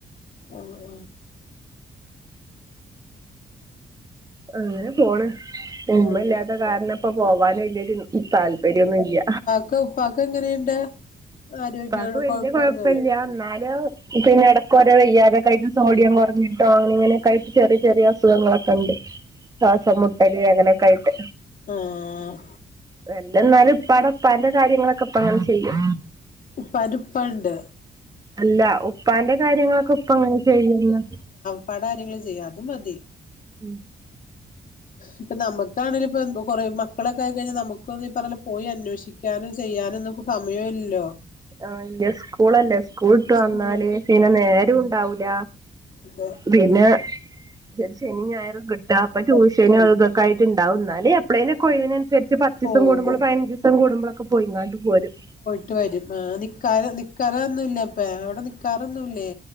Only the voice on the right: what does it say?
അങ്ങനെ പോണ് ഉമ്മല്ലാത്ത
കാരണം ഇപ്പ പോവാന വല്യരു താല്പര്യം ഒന്നും ഇല്ല.
ഉപ്പാക്ക് വലിയ
കുഴപ്പമില്ല എന്നാലും. പിന്നെ ഇടക്ക് ഒരു വെയ്യാതെ തായിട്ട് സോഡിയം കുറച്ചിട്ടും. അങ്ങനെ ഇങ്ങനെൊക്കയിട്ട് ചെറിയ ചെറിയ അസുഖങ്ങളൊക്കെ ഉണ്ട്. ശ്വസം മുട്ടല് അങ്ങനെ ക്കെആയിട്ട്.
വെയ്യ എന്നാലും ഉപ്പ ഉപ്പാന്റെ കാര്യങ്ങളൊക്കെ ഇപ്പ അങ്ങനെ ചെയ്യും.
അല്ല ഉപ്പാന്റെ കാര്യങ്ങളൊക്കെ ഉപ്പ അങ്ങനെ ചെയ്യുന്ന
<inaudible>
ആഹ ഇല്ല സ്കൂളല്ലേ സ്കൂൾി വിട്ട് വന്നാല്
പിന്നെ നേരം ഉണ്ടാവൂല.
പിന്നെ ര് ശനി ഞായറും കിട്ട അപ്പം ട്യൂഷന്
അഹ് ത് ക്കായിട്ട്ണ്ടാവും ഇന്നാല് എപ്പളേലും ഒക്കെ ഒഴിവിനനുസരിച്ച് പത്തീസം
കൂടുമ്പളും പതിനഞ്ച് സം കൂടുമ്പളൊക്കെ പോയിങ്ങാണ്ട് പോരും